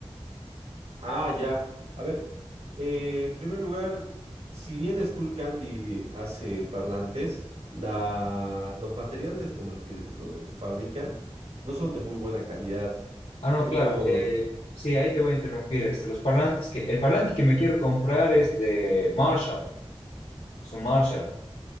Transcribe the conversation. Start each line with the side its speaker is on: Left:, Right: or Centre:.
Right: Ah, ya. A ver, eh, en primer lugar, si bien Candy hace parlantes, la, los materiales con los que los fabrican no son de muy buena calidad.
Left: Ah, no,
Right: Hemos...
Left: claro. eh, sí, ahí te voy a interrumpir. Este, los parlantes que, el parlante que me quiero comprar es de Marshall. Es un Marshall,